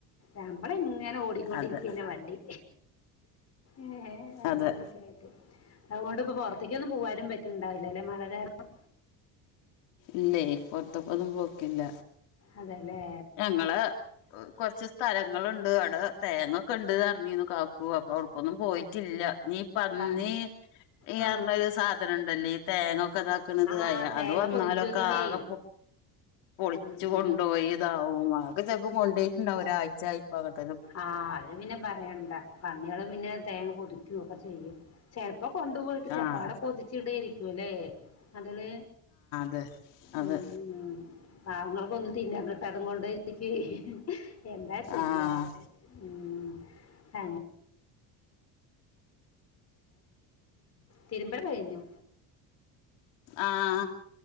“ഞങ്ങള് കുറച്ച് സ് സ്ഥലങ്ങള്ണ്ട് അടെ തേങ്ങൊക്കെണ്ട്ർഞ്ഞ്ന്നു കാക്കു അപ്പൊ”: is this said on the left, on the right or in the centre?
Left